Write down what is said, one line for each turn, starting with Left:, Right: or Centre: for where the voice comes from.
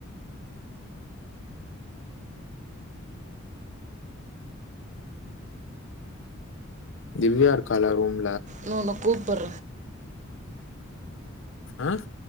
Left: திவ்யா இருக்காளா ரூம்
Right: நா உன்ன கூப்புற
Left: ஆஹ்